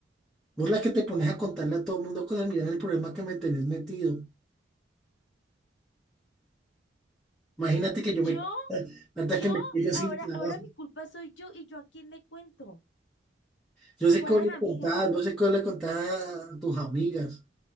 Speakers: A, in the centre; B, on the left (about 70°).
A: vos la que te pones a contarle a todo mundo cosas, mirá el problema que me tenés metido, imagínate que yo me,
B: Yo,
A: hasta
B: yo,
A: que me quedo
B: ahora,
A: sin trabajo,
B: ahora mi culpa soy yo y yo a quién le cuento.
A: yo sé
B: ¿Cuáles
A: que vos le
B: amigas?
A: contás, vos sé que vos le contás a tus amigas,